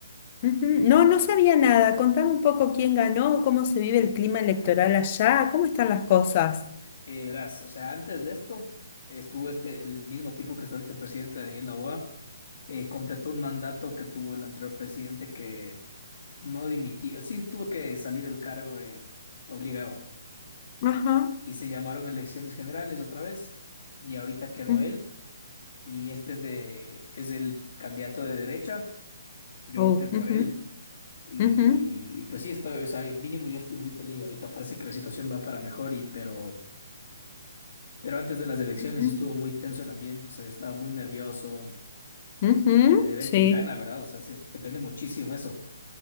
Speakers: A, on the left (about 25°); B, on the left (about 60°).
A: ujú. No, no sabía nada. Contame un poco quién ganó, cómo se vive el clima electoral allá, cómo están las cosas.
B: Eh, verás, o sea, antes de esto eh, estuvo este, el mismo tipo que está ahorita el presidente Daniel Noboa, eh, completó un mandato que tuvo el anterior presidente que no dimitía, sí tuvo que salir del cargo eh, obligado.
A: Ajá.
B: y se llamaron elecciones generales otra vez y ahorita quedó
A: ujú,
B: él y este es de es el candidato de derecha. Yo
A: oh,
B: voté por
A: ujú,
B: él y,
A: ujú,
B: y pues sí estoy, o sea, mínimo yo estoy muy feliz. Ahorita parece que la situación va para mejor y pero pero antes de las elecciones
A: ujú,
B: estuvo muy tenso el ambiente, o sea, yo estaba muy nervioso
A: ujú,
B: de, de ver
A: Sí.
B: quién gana, ¿verdad? O sea, sí es- depende muchísimo eso.